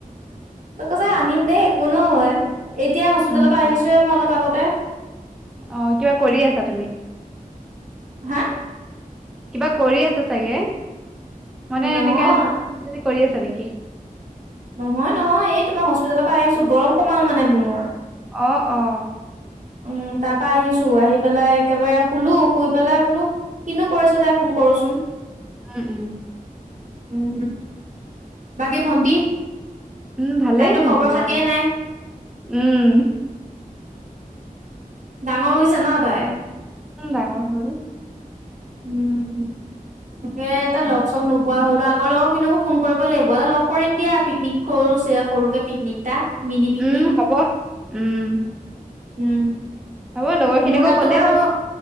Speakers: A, on the right; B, in the centre.
A: তোক কৈছো আনিম দেই একো নহয়, এতিয়া হস্পিতালৰ
B: উম
A: পৰা
B: উম
A: আহিছোহে মই অলপ আগত তোৰ
B: অ, কিবা কৰি আছা তুমি?
A: হাঁ
B: কিবা কৰি আছা চাগে? মানে
A: নহয়।
B: এনেকে কৰি আছা নেকি?
A: নহয়, নহয় এই তোমাৰ হস্পিতেলৰপা আহিছোঁ। গৰম সোমাল মানে মোৰ
B: অ, অ।
A: উম, তাপা আহিছো। আহি পেলাই একেবাৰে শুলো শুই পেলাই বোলো কিনো কৰিছে তাই ফোন কৰো। চোন
B: ও উম।
A: উম, বাকি ভন্টি
B: উম ভালেই
A: তাইটো
B: ভন্টিৰ
A: খবৰ -খাতিয়ে নাই
B: উম
A: ডাঙৰ হৈছে ন' তাই।
B: উম ডাঙৰ হ'ল।
A: উম, তাকে তাই লগ- চগ নোপোৱা হ'ল। ল আগৰ লগৰ খিনিকো ফোন কৰিব লাগিব। এবা লগ কৰিম দিয়া। পিকনিক কৰোদে সৰুকে পিকনিক এটা। মিনি পিকনিক
B: উম হ'ব। উম
A: উম
B: হ'ব লগৰ খিনিকো
A: মোৰ তাতো
B: ক'লেই
A: বাৰু
B: হ'ল